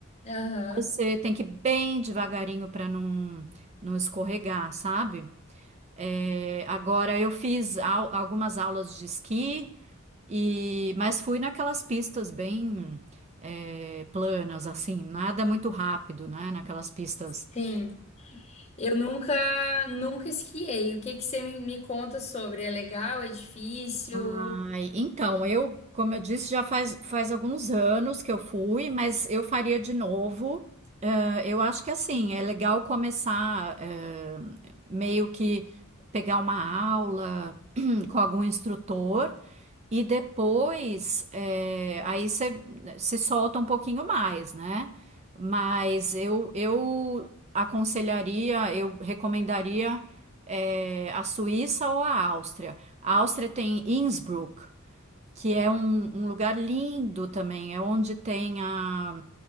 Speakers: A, on the left; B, on the right.
A: aham,
B: você tem que ir bem devagarinho para não, não escorregar, sabe? É, agora eu fiz au- algumas aulas de esqui e mas fui naquelas pistas bem é, planas, assim, nada muito rápido, né? Naquelas pistas
A: Sim. Eu nunca, nunca esquiei. O que que você me, me conta sobre? É legal? É difícil?
B: Ai, então, eu, como eu disse, já faz, faz alguns anos que eu fui, mas eu faria de novo. Eh, eu acho que assim, é legal começar, eh, meio que pegar uma aula <clears throat> com algum instrutor e depois, eh, aí você se solta um pouquinho mais, né? Mas eu, eu aconselharia, eu recomendaria eh, a Suíça ou a Áustria. A Áustria tem Innsbruck, que é um, um lugar lindo também, é onde tem a